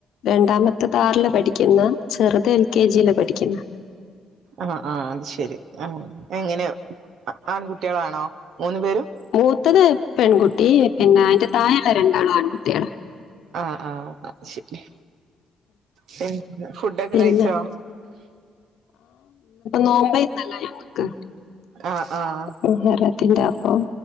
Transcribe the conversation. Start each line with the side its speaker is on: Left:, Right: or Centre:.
Left: രണ്ടാമത്തെത് ആറില് പഠിക്കുന്ന് ചെറുത് എൽ കെ ജി യില് പഠിക്കുന്ന്
Right: ആ ആ അത് ശെരി ആ എങ്ങനെയ ആൺകുട്ടികളാണോ മൂന്നു പേരും
Left: മൂത്തത് പെൺകുട്ടി പിന്നെ അയിന്റെ തായെള്ള രണ്ടാളും ആൺകുട്ടികള
Right: ആ ആ ശരി പിന്നെ ഫുഡൊക്കെ
Left: പിന്നെ
Right: കഴിച്ചോ
Left: നോമ്പായിരൊന്നല്ലോ ഞങ്ങക്ക്
Right: ആഹ് ആഹ്
Left: മുഹറത്തിന്റെ അപ്പം